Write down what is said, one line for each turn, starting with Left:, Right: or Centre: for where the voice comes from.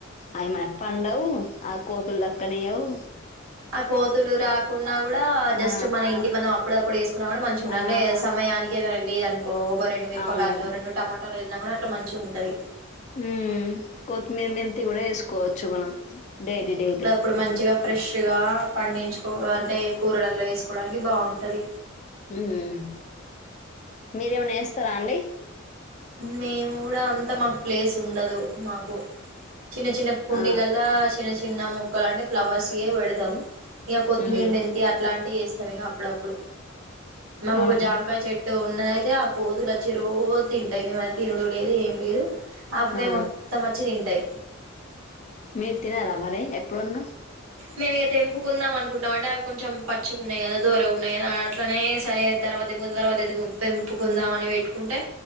Left: అయ మరీ పండవు ఆ కోతులు దక్కనయ్యవు
Right: ఆ కోతులు రాకుండా కూడా జస్ట్
Left: ఆ
Right: మన ఇంటి మనం అప్పుడప్పుడు వేసుకున్నా కూడా మంచిగా ఉంటంది
Left: ఆ
Right: అంటే సమయానికి ఏదో ఎండి అనుకో ఒక రెండు మిరపకాయలు
Left: అవును
Right: రెండు టొమాటోలో వెళ్ళినా కూడా అట్లా మంచి ఉంటది
Left: హ్మ్మ్ కొత్తిమీర మెంతి కూడా వేసుకోవచ్చు మనం డైలీ డైలీ
Right: ఇప్పుడు మంచిగా ఫ్రెష్గా పండించుకో అంటే ఎక్కువ కూరలల్లో వేసుకోవడానికి బాగుంటుంది
Left: హ్మ్మ్ మీరేమైనా వేస్తారా అండి
Right: మేము కూడా అంత మాకు ప్లేస్ ఉండదు మాకు చిన్న చిన్న కుండీలలో
Left: ఆ
Right: చిన్న చిన్న మొక్కలు అంటే ఫ్లవర్స్య పెడతాం ఇక కొత్తిమీర
Left: ఉమ్
Right: మెంతి అట్లాంటివి ఏస్తాం ఇక అప్పుడప్పుడు మాకు
Left: ఆహా
Right: ఒక జామకాయ చెట్టు అ ఉన్నయితే ఆ కోతులు వచ్చ రోజ తింటాయి మేమ తినడం లేదు ఏం లేదు అవ్వే
Left: ఆ
Right: మొత్తం వచ్చి తింటాయి
Left: మీరు తినారమరి ఎప్పుడన్నా
Right: మేము ఇక తెంపుకుందాం అనుకుంటాం అంటే అవి కొంచెం పచ్చిగా ఉన్నాయి కదా ద్వారగ ఉన్నాయి కదా అట్లనే సరే తర్వాతన్న తర్వాత తెంపుకుందాం అని పెట్టుకుంటే